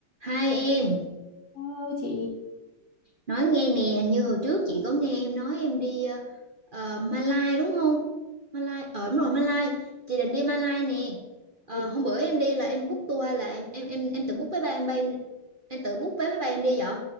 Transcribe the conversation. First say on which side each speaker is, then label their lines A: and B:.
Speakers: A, on the right; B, on the left.
A: Hai em,
B: Hello chị,
A: nói nghe nè, như hồi trước chị có nghe em nói em đi ờ, ờ, Malai đúng không? Malai, ở đúng rồi Malai, chị định đi Malai nè. Ờ,
B: Ủa,
A: hôm bữa em đi là em book tour hay là em em em em tự book vé bay em bay em, em tự book vé máy bay em đi vậy?